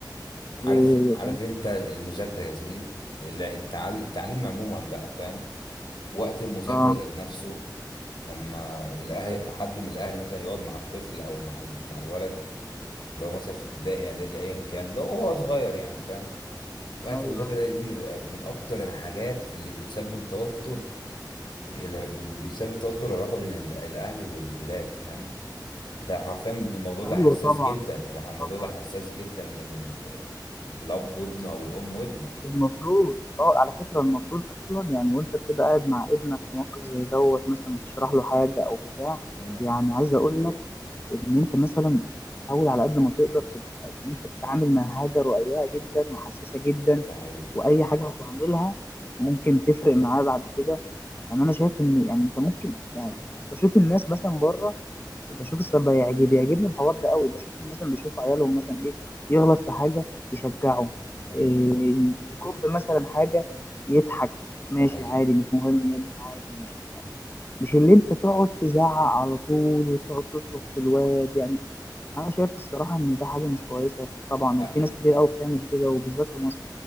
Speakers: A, on the left; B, on the left.
A: عارف
B: ايه هي
A: عارف
B: طيب
A: انت المذاكرة يا زميلي ال- ال- التع... التعليم عموما بقى فاهم وقت المذاكرة
B: اه
A: ذات نفسه لما الأهل حد من الأهل مثلا يقعد مع الطفل أو مع ال... مع الولد اللي هو مثلا في ابتدائي إعدادي أيا كان لو هو صغير يعني فاهم وقت
B: ايوه
A: المذاكرة
B: ايوه
A: ده يا زميلي بيبقى من أكتر الحاجات اللي بتسبب توتر الع- بي- بيسبب توتر العلاقه بين ال- الاهل والولاد فاهم ده حرفيا الموضوع ده
B: أيوه،
A: حساس
B: طبعا
A: جدا الع- الموضوع
B: طبعا
A: ده حساس جدا بين ال... الاب وابنه او الام وابنه
B: المفروض اه على فكرة المفروض اصلا يعني وانت بتبقى قاعد مع ابنك في موقف زي دوت مثلا بتشرح له حاجة او بتاع
A: امم
B: يعني عايز اقول لك ان انت مثلا يعني حاول على قد ما تقدر تبقى ان انت بتتعامل مع حاجة رقيقة جدا وحساسة جدا
A: ده حقيقي
B: واي حاجة هتعملها ممكن تفرق معاه بعد كده يعني انا شايف ان يعني انت ممكن يعني بشوف الناس مثلا بره بشوف الصراحة بيعجب بيعجبني الحوار ده قوي بشوفهم مثلا بيشوفوا عيالهم مثلا ايه يغلط في حاجة يشجعه
A: امم
B: إيه يكب مثلا حاجة يضحك ماشي
A: ده حقيقي
B: عادي مش مهم يعني عادي مش مهم. مش اللي انت تقعد تزعق على طول وتقعد تصرخ في الواد يعني انا شايف الصراحة ان ده حاجة مش كويسة طبعا
A: أ-
B: وفي ناس كتير قوي بتعمل كده وبالذات في مصر